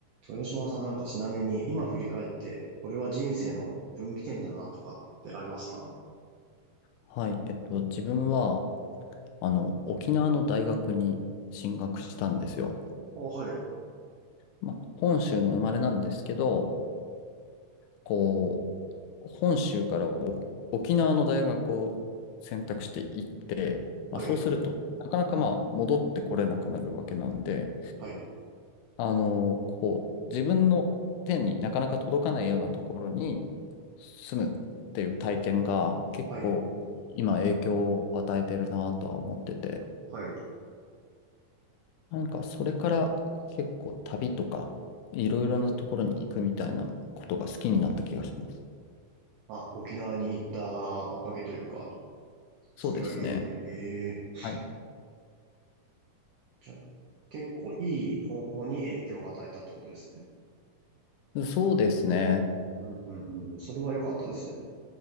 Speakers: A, on the right; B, on the left.
A: 豊島さんなんかちなみに今振り返って、これは人生の分岐点だなとかってありますか
B: はい、えっと、自分は、あの、沖縄の大学に進学したんですよ。
A: あ、はい、
B: まあ、本州の生まれなんですけど、こう、本州からお沖縄の大学を選択していって、まあ、
A: はい、
B: そうすると、なかなかまあ、戻ってこれなくなるわけなんで、
A: はい、
B: あの、こう、自分の手になかなか届かないようなところに住むっていう体験が結構、
A: はい、
B: 今影響を与えてるなとは思ってて、
A: はい。
B: なんかそれから結構旅とかいろいろなところに行くみたいなことが好きになった気がします。
A: あ、沖縄に行ったおかげというか、それが原因で。
B: そうですね。
A: ええ
B: はい。
A: じゃあ、結構いい方向に影響を与えたってことですね。
B: そうですね。
A: うん、うん、うん。それは良かったですね。